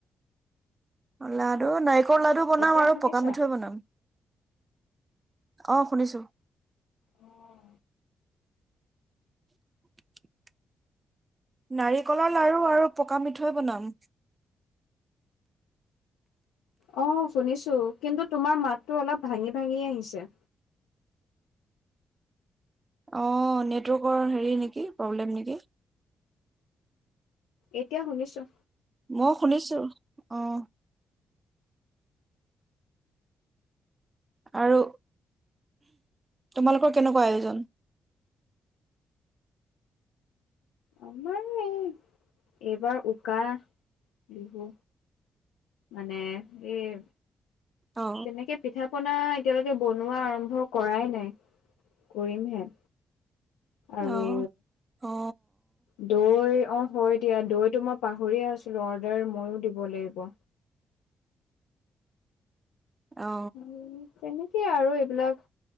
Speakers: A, on the right (about 30°); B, on the left (about 80°).
A: লাডু নাই নাৰিকল লাডু বনাম
B: এতিয়া
A: আৰু
B: শুনিছা
A: পকা মিঠৈ বনাম অ শুনিছোঁ
B: আহ
A: <inaudible> নাৰিকলৰ লাৰু আৰু পকা মিঠৈ বনাম।
B: অ', শুনিছো। কিন্তু তোমাৰ মাতটো অলপ ভাঙি, ভাঙি আহিছে।
A: অ', নেটৱৰ্কৰ হেৰি নেকি, প্ৰব্লেম নেকি?
B: এতিয়া শুনিছোঁ।
A: মউ শুনিছোঁ, অ'। আৰু তোমালোকৰ কেনেকুৱা আয়োজন?
B: আমাৰ এই এইবাৰ উকা, বিহু। মানে, এই
A: অ
B: তেনেকে পিঠা পনা এতিয়ালৈকে বনোৱা আৰম্ভ কৰাই নাই, কৰিমহে।
A: অ
B: আৰু
A: অ
B: দৈ অ', হয় দিয়া দৈটো মই পাহৰিয়ে আছিলো, অৰ্ডাৰ ময়ো দিব লাগিব।
A: অ
B: ও, তেনেকে আৰু এইবিলাক।